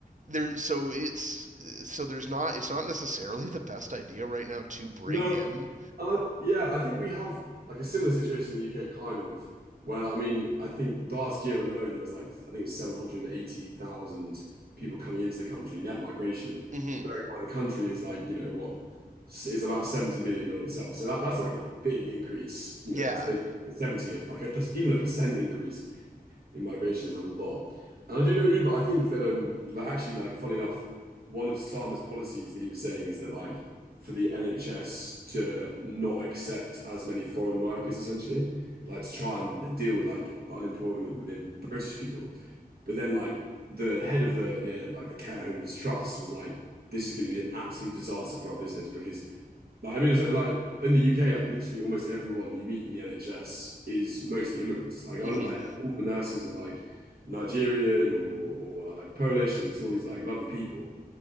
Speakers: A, on the right; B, on the right.
A: there so it's so there's not it's not necessarily the best idea right now to bring
B: No,
A: in
B: and I, like, yeah, I think we have like a similar situation in the UK, kind of, where like, I mean, I think last year alone there was like I think it was 780,000 people coming into the country, net migration.
A: mm-hmm
B: Bearing in mind the country is like, you know, what s- is about 70 million in itself. So that, that's like a big increase, you
A: yeah
B: know, that's basically a 70th, like a, per- even a percent increase in migration is a lot. And I do know what you mean, but I think that um like actually like funny enough, one of Sama's policies that he was saying is that like for the NHS to not accept as many foreign workers essentially, like to try and deal with like unemployment within British people. But then like the head of the the like the care homeless trust was like, this is going to be an absolute disaster for our business because like, I mean, it's like in the UK, like literally almost everyone you meet in the NHS is mostly immigrants. Like on
A: mm-hmm
B: like all the nurses are like Nigerian or or like Polish and just all these like lovely people.